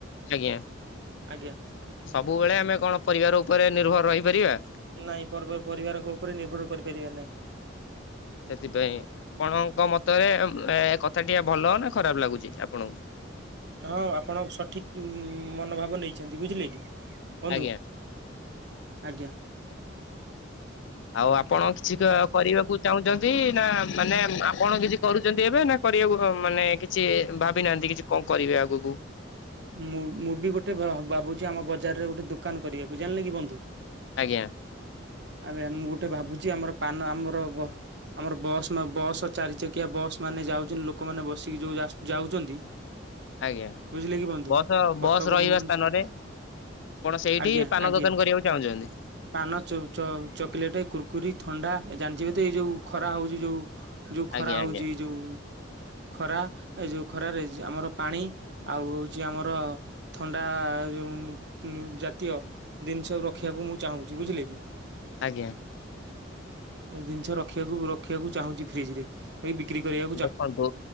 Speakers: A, on the left (about 70°); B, on the right (about 60°).
A: ଆଜ୍ଞା।
B: ଆଜ୍ଞା।
A: ସବୁବେଳେ ଆମେ କଣ ପରିବାର ଉପରେ ନିର୍ଭର ରହିପାରିବା।
B: ନାଇଁ ପର୍ବ ପରିବାରଙ୍କ ଉପରେ ନିର୍ଭର କରିପାରିବା ନାହିଁ।
A: ସେଥିପାଇଁ ଆପଣଙ୍କ ମତରେ ଏ କଥା ଟି ଭଲ ନା ଖରାପ ଲାଗୁଛି ଆପଣଙ୍କୁ?
B: ହଁ ଆପଣ ସଠିକ ଉଁ ମନୋଭାବ ନେଇଛନ୍ତି ବୁଝିଲେ କି ବନ୍ଧୁ?
A: ଆଜ୍ଞା।
B: ଆଜ୍ଞା।
A: ଆଉ ଆପଣ କିଛି କା-କରିବାକୁ ଚାହୁଁଛନ୍ତି ନା ମାନେ ଆପଣ କିଛି କରୁଛନ୍ତି ଏବେ ନା କରିବାକୁ ହଁ ମାନେ କିଛିଉଁ ଭାବି ନାହାନ୍ତି କିଛି କଣ କରିବେ ଆଗକୁ?
B: ମୁଁ ମୁଁ ବି ଗୋଟେ ଭା-ଭାବୁଛି ଆମ ବଜାରରେ ଗୋଟେ ଦୋକାନ କରିବାକୁ ଜାଣିଲେ କି ବନ୍ଧୁ?
A: ଆଜ୍ଞା।
B: ଏବେ ମୁଁ ଗୋଟେ ଭାବୁଛି ଆମର ପାନ ଆମର ବ ଆମର ବସ୍ ନା ବସ୍ ଚାରି ଚକିଆ ବସ୍ ମାନେ ଯାଉଛନ୍ତି ଲୋକମାନେ ବସିକି ଯୋଉ ଆସ ଯାଉଛନ୍ତି
A: ଆଜ୍ଞା।
B: ବୁଝିଲେ କି ବ ନ୍ଧୁ
A: ବସ୍
B: କଟକ
A: ବସ୍ ରହିବା
B: ଭୁବେନ୍ସ
A: ସ୍ଥାନରେ ଆପଣ ସେଇଠି
B: ଆଜ୍ଞା
A: ପାନ
B: ଆଜ୍ଞା।
A: ଦୋକାନ କରିବାକୁ ଚାହୁଁଛନ୍ତି
B: ପାନ ଚ-ଚ-ଚକିଲେଟ କୁୁରକୁରି ଥଣ୍ଡା ଏ ଜାଣିଥିବ ତ ଏଇ ଯୋଉ ଖରା ହଉଛି ଯୋଉ ଯୋଉ ଖରା
A: ଆଜ୍ଞା
B: ହଉଛି
A: ଆଜ୍ଞା।
B: ଏ ଯୋଉ ଖରା ଏ ଯଉ ଖରାରେ ଜେ ଆମର ପାଣି ଆଉ ହଉଛି ଆମର ଥଣ୍ଡା ଉଁ ଜାତୀୟ ଜିନିଷ ରଖିବାକୁ ମୁଁ ଚାହୁଁଛି ବୁଝିଲେ କି?
A: ଆଜ୍ଞା।
B: ଏ ଜିନିଷ ରଖିବାକୁ ରଖିବାକୁ ଚାହୁଁଛି ଫ୍ରିଜରେ ଏ ବିକ୍ରି କରିବା
A: ଦେଖନ୍ତୁ